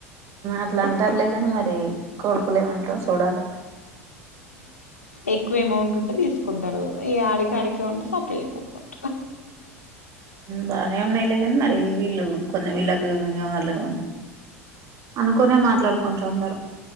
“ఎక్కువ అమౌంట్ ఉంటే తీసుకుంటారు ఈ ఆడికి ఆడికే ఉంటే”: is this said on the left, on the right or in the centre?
Left